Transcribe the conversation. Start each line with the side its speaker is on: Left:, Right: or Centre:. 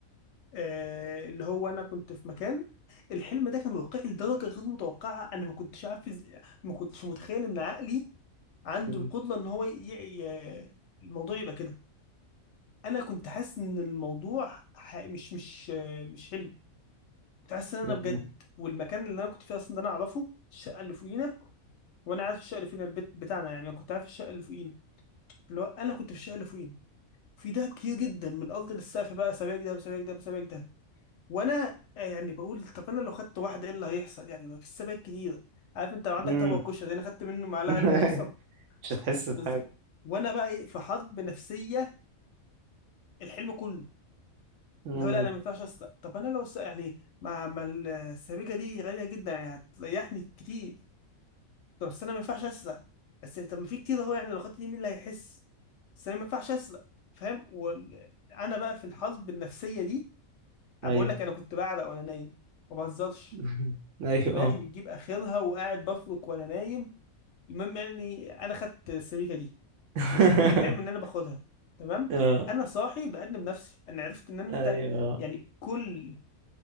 Left: آه اللي هو انا كنت في مكان الحلم ده كان واقعي لدرجه غير متوقعه انا ما كنتش عارف إز- ما كنتش متخيل ان عقلي عنده
Right: مم.
Left: القدره ان هو ي... ي... الموضوع يبقى كده انا كنت حاسس ان الموضوع ح... مش مش آه، مش حلم تحس ان انا
Right: مم.
Left: بجد والمكان اللي انا كنت فيه اصلا ده انا اعرفه الشقه اللي فوقينا وانا عارف الشقه اللي فينا البيت بتاعنا يعني كنت عارف الشقه اللي فوقينا اللي هو انا كنت في الشقه اللي فوقينا في دهب كتير جدا من الارض للسقف بقى سبايك دهب سبايك دهب سبايك دهب وانا آه، يعني بقول طب انا لو خدت واحده ايه اللي هيحصل يعني ما فيش سبايك كتير عارف انت لو عندك
Right: مم.
Left: طبق كشري انا خدت منه معلقه
Right: <laughs>
Left: ايه اللي هيحصل
Right: مش هتحس بحاجة
Left: بالظبط وانا بقى ايه في حرب نفسيه الحلم كله
Right: مم.
Left: اللي هو لا انا ما ينفعش اسرق طب انا لو س- يعني ما ما السبيكه دي غاليه جدا يعني هتريحني كتير طب بس انا ما ينفعش اسرق بس طب ما في كتير اهو يعني لو خدت دي مين اللي هيحس بس انا ما ينفعش اسرق فاهم وانا بقى في الحرب النفسيه دي
Right: ايوه
Left: انا بقول لك انا كنت بعرق وانا نايم ما بهزرش
Right: <laughs> ايوه
Left: دماغي
Right: اه
Left: بتجيب اخرها وقاعد بفرك وانا نايم المهم يعني اني انا خدت السبيكه دي
Right: <laughs>
Left: وصحيت من الحلم ان انا باخدها تمام
Right: اه
Left: انا صاحي بأدب نفسي انا عرفت ان انت
Right: ايوه
Left: يعني كل